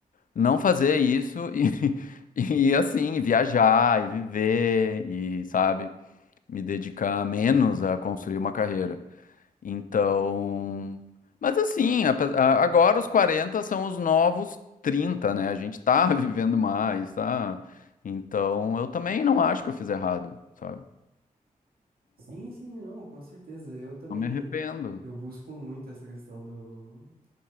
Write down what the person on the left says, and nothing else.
não fazer isso e, <laughs> e assim, viajar e viver e, sabe, me dedicar menos a construir uma carreira. Então, mas assim, ape- a- agora os 40 são os novos trinta né? A gente tá <laughs> vivendo mais, tá? Então, eu também não acho que eu fiz errado, sabe?
Não me arrependo.